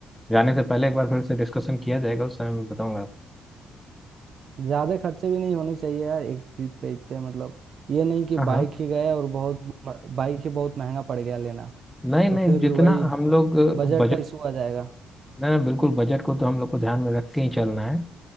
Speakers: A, in the centre; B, on the right (about 55°).
A: जाने से पहले एक बार फिर से डिस्कशन किया जाएगा उस समय मैं बताऊंगा आपको।
B: ज्यादा खर्चे भी नहीं होने चाहिए यार एक ट्रिप पे इतने मतलब ये नहीं कि
A: हाँ हाँ
B: बाइक ही गए और बहुत बाइक ही बहुत महंगा पड़ गया लेना
A: नहीं नहीं
B: तो फिर
A: जितना
B: वही
A: हम लोग
B: बजट
A: बजट
B: का इशू आ जाएगा
A: नहीं नहीं बिल्कुल बजट को तो हम लोग को ध्यान में रख के ही चलना है